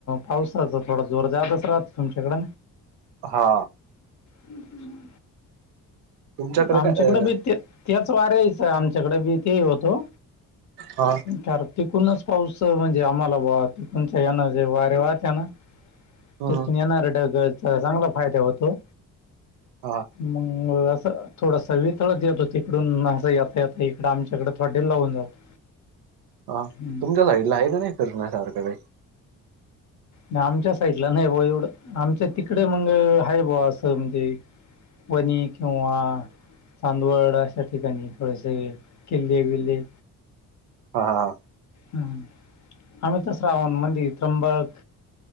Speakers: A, on the left; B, on the right.
A: पावसाचचा थोडा जोर जातच राहत तुमच्याकड
B: हा
A: हम् हम्
B: तुमच्याकडे
A: आमच्याकडे
B: काय
A: भीेत त्याच वाऱ्याच आमच्याकडे बी ते होतो
B: हा
A: कार तिकूनच पाऊस म्हणजे आम्हाला ब तिकणच्या यांना जे वारे वाहत यांना
B: हम्म
A: ते पण येणारटचा चांगला फायदा होतो
B: ह
A: मंगळ थोडस वितळत येतो तिकडून येता यता इकडडे आमच्याकडे थोडे लावून जातो
B: हा
A: हम्म.
B: तुमच्या साइडला आहे का नाही फिरण्यासारखे काही
A: नाही आमच्या साईडला नाही बा एवढं आमच्या तिकड मग हा ब असं म्हणजे वनी किंवा चांदवड अशा ठिकाणी थोडेसे किल्ले बिल्ले
B: हा हा
A: हम आम्ही तस राहून मंद त्र्यंबक